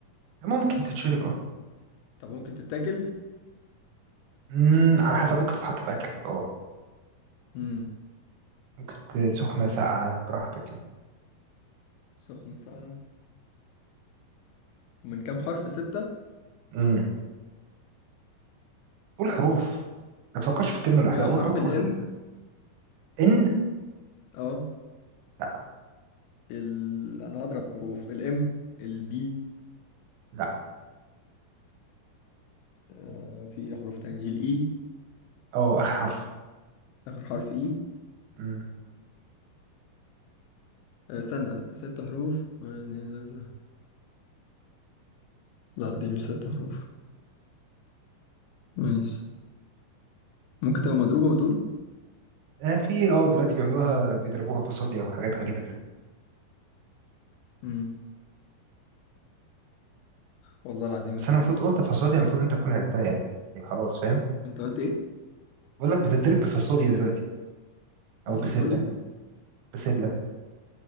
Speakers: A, on the right; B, on the left.
A: ممكن تتشرب اه
B: طب ممكن تتاكل
A: مم، على حسب ممكن تتحط في اكل اه
B: امم
A: ممكن ت- سخنة ساقعة براحتك
B: سخنة ساقعة من كام حرف ستة
A: امم قول حروف ما تفكرش في الكلمة لوحدها
B: يا
A: قول
B: حرف
A: حروف
B: ال
A: ال...
B: N
A: ان
B: اه
A: لا
B: ال... أنا هضرب حروف ال M ال B
A: لا
B: آه في حروف تاني ال E
A: اه اخر حرف
B: آخر حرف E
A: امم
B: آه سنة ست حروف واحد، اتنين، تلاتة. لا دي مش ست حروف ماشي ممكن تبقى مضروبة بتقول
A: آه في اه دلوقتي بيعملوها بيضربوها فاصوليا وحاجات غريبة كده
B: مم. والله العظيم
A: بس
B: أنت
A: انا
B: عايز
A: المفروض قلت فاصوليا المفروض انت تكون عرفتها يعني إيه، خلاص فاهم
B: أنت قلت إيه
A: بقول لك بتضرب بفاصوليا دلوقتي
B: بفاصوليا
A: او بسلة بسلة